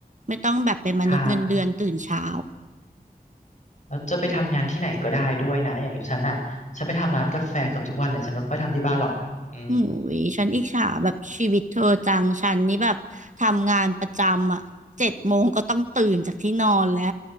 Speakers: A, on the right; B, on the left.
A: ไม่ต้องแบบเป็นมนุษย์เงินเดือนตื่นเช้า
B: ใช่แล้วจะไปทำงานที่ไหนก็ได้ด้วยนะอย่างฉันน่ะฉันไปทำร้านกาแฟเกือบทุกวันเลยฉันไม่ค่อยทำที่บ้านหรอกอืม
A: หูยฉันอิจฉาแบบชีวิตเธอจังฉันนี่แบบทำงานประจำอ่ะเจ็ดโมงก็ต้องตื่นจากที่นอนแล้ว